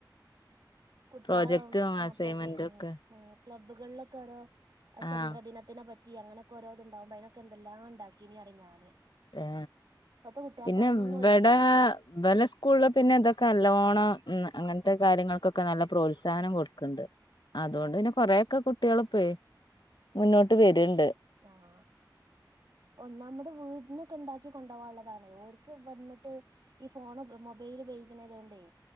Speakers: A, on the right (about 65°); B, on the left (about 70°).
A: <unintelligible> കുട്ടിയള
B: പ്രോജക്റ്റും
A: ആ
B: അസൈൻമെന്റും
A: പ്രജമ്
B: ഒക്കെ
A: മ് ക്ലബ്ബുകളിലൊക്കെഓരോ ആ ചന്ദ്രദിനത്തിനെ
B: ആഹ്
A: പറ്റി റ്റി അങ്ങനൊക്കെ ഓരോത് ഇണ്ടാവുമ്പോ അതിനൊക്കെ എന്തെലാം ഉണ്ടാക്കിനീ യറി ഞാന്
B: ആ
A: ഇപ്പത്തെ കുട്ട്യാക്ക്
B: പിന്നെ
A: അതൊന്നും ഒഴിവില്ല
B: വടേ വല സ്കൂള് പിന്നെതൊക്ക.... കല്ലനല്ലൊണം ഉ അങ്ങനത്തെ കാര്യങ്ങൾക്കൊക്കെ നല്ല പ്രോത്സാഹനം കൊടുക്കണ്ട് അതുകൊണ്ട് പിന്നെ കൊറയക്കെ കുട്ടികൾ ഇപ്പ മുന്നോട്ട് വരുണ്ട്
A: ആഹ ഒന്നാമത് വീടിനൊക്കെ ഉണ്ടാക്കി കൊണ്ടുപോകാനുള്ളതാണേഓര്ക്ക് വന്നിട്ട് ഈ ഫോണ് മൊബൈല് ഉപയോഗിച്ചണത കൊണ്ടേ